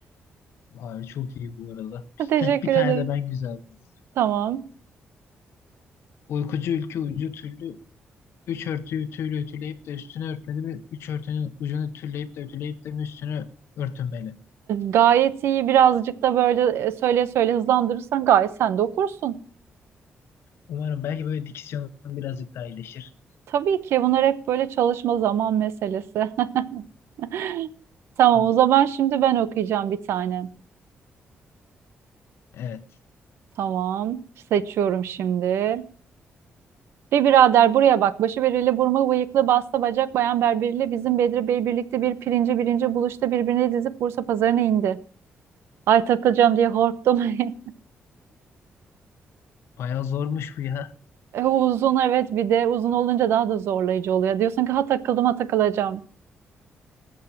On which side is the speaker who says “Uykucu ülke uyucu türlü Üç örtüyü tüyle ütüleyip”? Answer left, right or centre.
Left